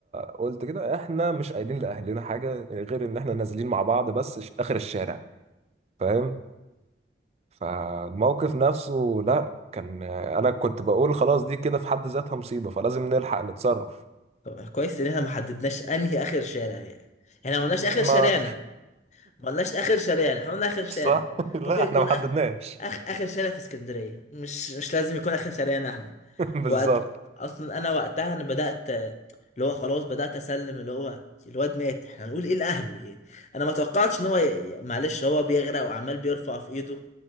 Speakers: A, on the right; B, on the left.
A: قلت كده احنا مش قايلين لاهلنا حاجة غير ان احنا نازلين مع بعض بس ش- اخر الشارع فاهم؟ فالموقف نفسه لا كان انا كنت بقول خلاص دي كده في حد ذاتها مصيبة فلازم نلحق نتصرف
B: طب كويس ان احنا ما حددناش انهي اخر شارع يعني احنا ما قلناش
A: ما
B: اخر شارعنا
A: <laughs>
B: ما قلناش اخر شارع احنا قلنا اخر شارع
A: صح لا
B: ممكن يكون
A: احنا ما حددناش
B: أخ... أخ... اخر شارع في اسكندريه مش مش لازم يكون اخر شارعنا احنا
A: <laughs> بالظبط
B: وقت اصلا انا وقتها انا بدات اللي هو خلاص بدات اسلم اللي هو الواد مات احنا هنقول ايه لاهله يعني انا ما توقعتش ان هو ي... معلش هو بيغرق وعمال بيرفع في ايده